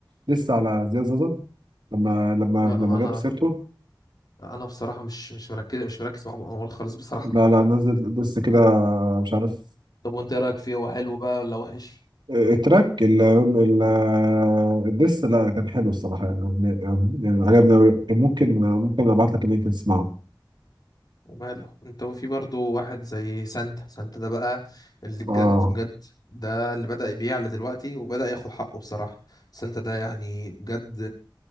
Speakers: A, on the right; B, on the left.
A: لسه على زياد زازا لما لما
B: لا
A: لما
B: انا
A: جاب سيرته
B: انا بصراحه مش مش مركز مش مركز مع ابو انوار خالص بصراحه
A: لا لا نزل لسه كده مش عارف
B: طب وانت ايه رايك فيه هو حلو بقى ولا وحش
A: التراك ال ال الدس لا كان حلو الصراحة يعني, يعني يعني عجبني أوي ممكن ممكن أبعت لك اللينك تسمعه
B: وماله انت وفي برضو واحد زي سانتا سانتا ده بقى اللي بجد
A: آه
B: بجد ده اللي بدأ يبيع دلوقتي وبدأ ياخد حقه بصراحه سانتا ده يعني بجد